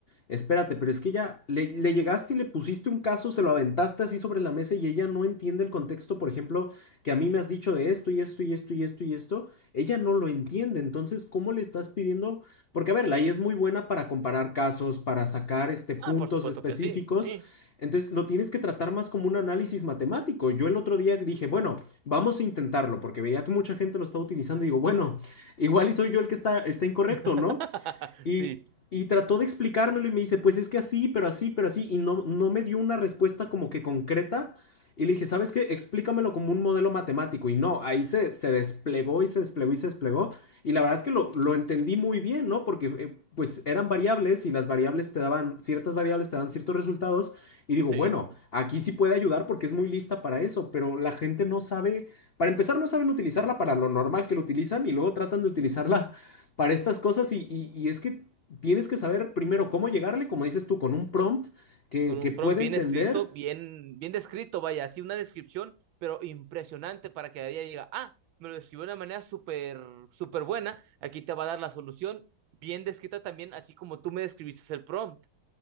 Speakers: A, on the left; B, on the right.
A: espérate, pero es que ya le, le llegaste y le pusiste un caso, se lo aventaste así sobre la mesa y ella no entiende el contexto, por ejemplo, que a mí me has dicho de esto y esto y esto y esto y esto, ella no lo entiende. Entonces, ¿cómo le estás pidiendo? porque a ver, la IA es muy buena para comparar casos, para sacar este, puntos
B: Ah, por supuesto
A: específicos.
B: que sí, sí.
A: Entonces lo tienes que tratar más como un análisis matemático. Yo el otro día dije, bueno, vamos a intentarlo, porque veía que mucha gente lo estaba utilizando y digo, bueno, igual y soy yo el que está, está incorrecto,
B: <laughs>
A: ¿no? Y,
B: Sí,
A: y trató de explicármelo y me dice, pues es que así, pero así, pero así, y no, no me dio una respuesta como que concreta. Y le dije, ¿sabes qué? Explícamelo como un modelo matemático. Y no, ahí se, se desplegó y se desplegó y se desplegó. Y la verdad que lo, lo entendí muy bien, ¿no? Porque eh, pues eran variables y las variables te daban, ciertas variables te dan ciertos resultados. Y digo,
B: sí,
A: bueno,
B: sí.
A: aquí sí puede ayudar porque es muy lista para eso, pero la gente no sabe, para empezar no saben utilizarla para lo normal que lo utilizan y luego tratan de utilizarla para estas cosas y, y- y es que tienes que saber primero cómo llegarle, como dices tú, con un prompt que,
B: Con un
A: que pueda
B: prompt bien
A: entender.
B: escrito, bien, bien descrito, vaya, así una descripción, pero impresionante para que ella diga, ah, me lo describió de una manera súper, súper buena, aquí te va a dar la solución, bien descrita también, así como tú me describiste el prompt.